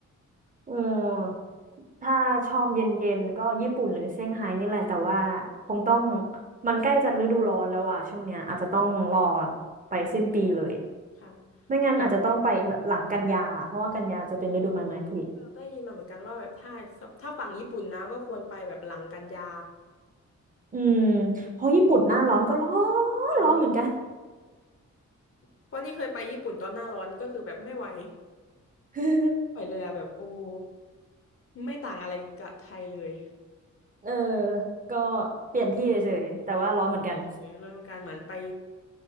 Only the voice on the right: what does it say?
อืมถ้าชอบเย็นๆก็ญี่ปุ่นหรือเซี่ยงไฮ้นี่แหละแต่ว่าคงต้อง
มันใกล้จะฤดูร้อนแล้วอ่ะช่วงเนี้ยอาจจะต้องรอไปสิ้นปีเลย
ไม่งั้นอาจจะต้องไปแบบหลังกันยาเพราะว่ากันยาจะเป็นฤดูใบไม้ผลิ
อืมเพราะญี่ปุ่นหน้าร้อนก็ร้อ
นร้อนเหมือนกัน
<laughs>
เออก็เปลี่ยนที่เฉยๆแต่ว่าร้อนเหมือนกัน